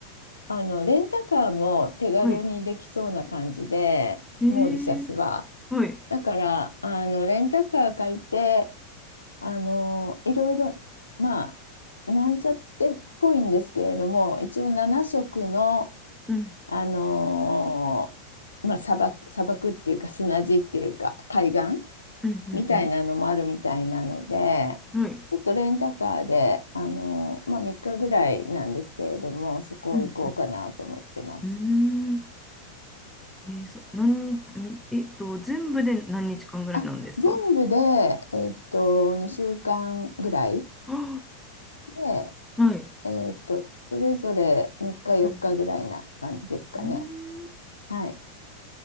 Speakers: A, on the left (about 75°); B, in the centre.
A: あの、レンタカーも手軽にできそうな感じで、
B: はい。ええ、
A: モーリシャスは。
B: はい。
A: だから、あの、レンタカー借りて、あの、いろいろ、まあ、なんちゃってっぽいんですけれども、一応7色の、
B: うん、
A: あのまあ、砂漠、砂漠っていうか砂地っていうか海岸
B: うん、うん、
A: みたいなのもあるみたいなので、
B: うん。はい。
A: ちょっとレンタカーで、あのまあ、3日ぐらいなんですけれども、そこ行こうかなと思ってます。
B: うん、うん。うーん。ええ、そう、何日、みえっと、全部で何日間ぐらいなんですか
A: あ全部で、えっと、2週間ぐらい
B: あ
A: で、
B: あ、<gasps> はい。
A: えーっと、それぞれ3日4日ぐらいな感じですかね。
B: うん、うん。うーん
A: はい。